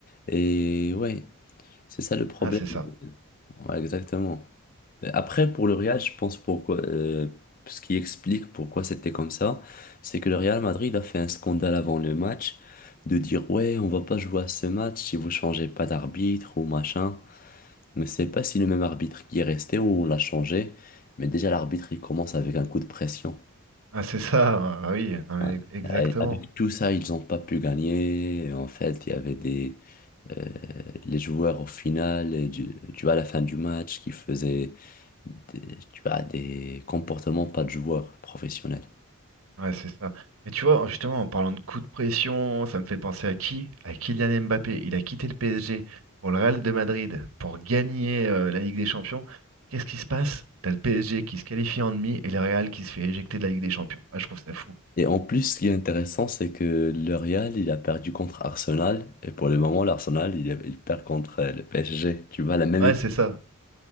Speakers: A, on the left; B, on the right.
A: Et ouais, c'est ça le problème.
B: Ah, c'est ça.
A: Ouais, exactement. Mais Après, pour le Real, je pense pourquoi, euh, ce qui explique pourquoi c'était comme ça, c'est que le Real Madrid a fait un scandale avant le match de dire ouais, on va pas jouer à ce match si vous changez pas d'arbitre ou machin. Mais c'est pas si le même arbitre qui est resté ou on l'a changé, mais déjà l'arbitre il commence avec un coup de pression.
B: Ah, c'est ça. Ah, oui, non, mais
A: Ouais.
B: ex- exactement.
A: Euh, Avec tout ça, ils n'ont pas pu gagner. En fait, il y avait des euh, les joueurs au final, euh, du, tu vois, à la fin du match, qui faisaient des- tu as des comportements pas de joueurs professionnels.
B: Ouais, c'est ça. Mais tu vois, justement, en parlant de coup de pression, ça me fait penser à qui? À Kylian Mbappé. Il a quitté le PSG pour le Real de Madrid, pour gagner euh, la Ligue des Champions. Qu'est-ce qui se passe? T'as le PSG qui se qualifie en demi et le Real qui se fait éjecter de la Ligue des Champions. Ah, je trouve ça fou.
A: Et en plus, ce qui est intéressant, c'est que le Real, il a perdu contre Arsenal. Et pour le moment, l'Arsenal, il, il perd contre euh, le PSG. Tu vois, la même
B: Ouais,
A: équipe.
B: c'est ça.